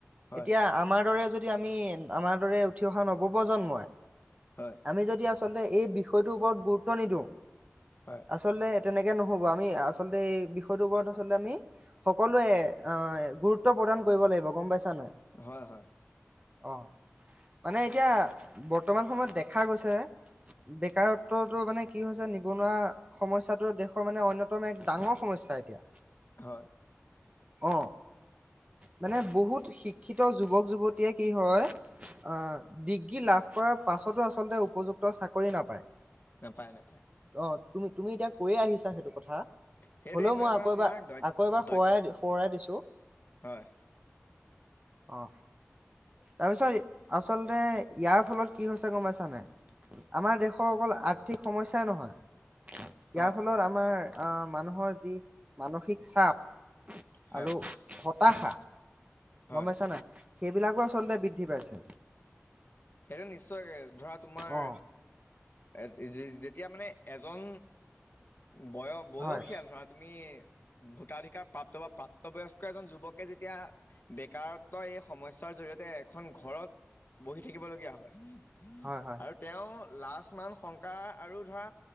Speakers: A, on the left (about 50°); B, on the right (about 30°).
A: হয়
B: এতিয়া আমাৰ দৰে যদি যদি আমি আমাৰ উঠি অহা নৱপ্ৰজন্মই
A: হয়
B: আমি যদি আচ আচলতে এই বিষয়টোৰ ওপৰত গুৰুত্ব নিদিওঁ
A: হয়
B: আচলতে তেনেকে নহব আমি আচলতে এই বিষয়টোৰ ওপৰত আচলতে আমি সকলোৱে অহ গুৰুত্ব প্ৰদান কৰিব লাগিব গম পাইছা নাই
A: হয় হয়
B: অ মানে এতিয়া বৰ্তমান সময়ত দেখা গৈছে বেকাৰত্বতো মানে কি হৈছে নিবনুৱা সমস্যাটো দেশৰ মানে অন্যতম। প্ৰথম এক ডাঙৰ সমস্যা এতিয়া
A: হয়
B: অ মানে বহুত শিক্ষিত যুৱক যুৱতী য়ে কি হয় অহ ডিগ্ৰী লাভ কৰাৰ পাছতো আচলতে উপযুক্ত চাকৰি নাপায়
A: নাপায় নাপায়
B: অ তুমি তুমি এতিয়া কৈয়ে আহিছা সেইটো কথা
A: সেইটোৱে
B: হলেও
A: মানে
B: মই
A: ধৰা
B: আকৌ
A: তোমাৰ
B: এবাৰ
A: দ
B: আকৌ এবাৰ
A: দ
B: সোঁৱাই সোঁৱৰাই দিছো
A: হয়
B: অ তাৰ পিছত আচলতে ইয়াৰ ফলত কি হৈছে গম পাইছা নাই, আমাৰ দেশৰ অকল আৰ্থিক সমস্যাই নহয় ইয়াৰ
A: অ
B: ফলত আমাৰ আহ, মানুহৰ যি মানসিক চাপ
A: হয়
B: আৰু সত পাহা <unintelligible>
A: হয়
B: গম পাইছা নাই? সেইবিলাকো আচলতে বৃদ্ধি পাইছে।
A: সেইটো নিশ্চয়, ধৰা তোমাৰ
B: অ
A: এ যেতিয়া মানে এজন বয়-বয়সিয়াল
B: হয়
A: ধৰা তুমি- ভোতাধিকাৰ প্ৰাপ্ত বা প্ৰাপ্তবয়স্ক এজন যুৱকে, যেতিয়া বেকাৰত্ব এই সমস্যাৰ জৰিয়তে এখন ঘৰত বহি থাকিবলগীয়া হয়
B: হয় হয়
A: আৰু তেওঁ লাজ, মান, শংকা আৰু ধৰা